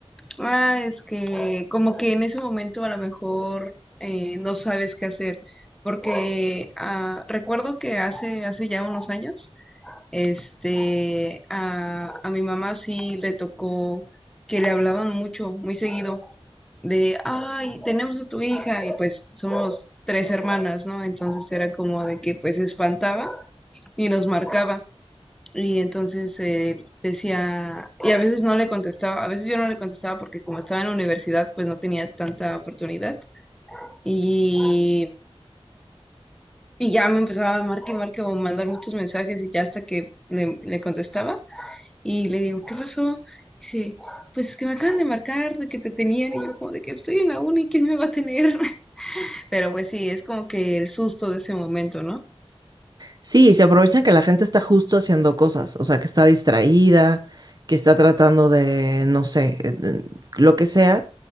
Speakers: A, in the centre; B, on the right.
A: ah, es que como que en ese momento a lo mejor eh, no sabes qué hacer, porque ah, recuerdo que hace, hace ya unos años, este, a, a mi mamá sí le tocó que le hablaban mucho, muy seguido de, ay, tenemos a tu hija y pues somos tres hermanas, ¿no? Entonces era como de que pues se espantaba y nos marcaba y entonces eh, decía, y a veces no le contestaba, a veces yo no le contestaba porque como estaba en la universidad pues no tenía tanta oportunidad y, y ya me empezaba a marcar y marcar o mandar muchos mensajes y ya hasta que le, le contestaba y le digo, ¿qué pasó? Dice, pues es que me acaban de marcar de que te tenían y yo como de que estoy en la uni, ¿quién me va a tener? Pero pues sí, es como que el susto de ese momento, ¿no?
B: Sí, se aprovechan que la gente está justo haciendo cosas, o sea, que está distraída, que está tratando de, no sé, eh, de- lo que sea,